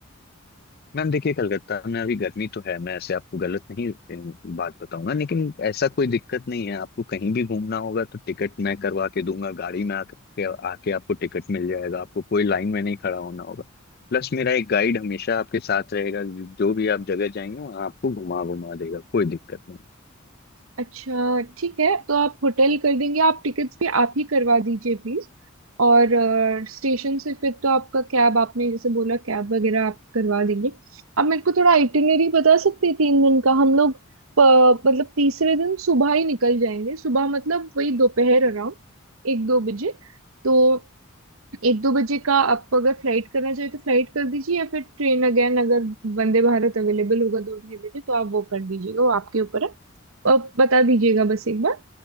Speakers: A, on the left; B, on the right.
A: मैम देखिए कलकत्ता में अभी गर्मी तो है मैं ऐसे आपको गलत नहीं अ, बात बताऊंगा लेकिन ऐसा कोई दिक्कत नहीं है आपको कहीं भी घूमना होगा तो टिकट मैं करवा के दूंगा गाड़ी में आके आके आपको टिकट मिल जाएगा आपको कोई लाइन में नहीं खड़ा होना होगा प्लस मेरा एक गाइड हमेशा आपके साथ रहेगा जो भी आप जगह जाएंगे वहाँ आपको घुमा घुमा देगा कोई दिक्कत नहीं
B: अच्छा ठीक है तो आप होटल कर देंगे आप टिकट्स भी आप ही करवा दीजिए प्लीज और स्टेशन से फिर तो आपका कैब आपने जैसे बोला कैब वगैरह आप करवा देंगे आप मेरे को थोड़ा आइटिनरी बता सकते हैं तीन दिन का हम लोग प- मतलब तीसरे दिन सुबह ही निकल जाएंगे सुबह मतलब वही दोपहर अराउंड एक दो बजे तो एक दो बजे का आपको अगर फ्लाइट करना चाहिए तो फ्लाइट कर दीजिए या फिर ट्रेन अगेन अगर वंदे भारत अवेलेबल होगा दो ढाई बजे तो आप वो कर दीजिएगा वो आपके ऊपर है और बता दीजिएगा बस एक बार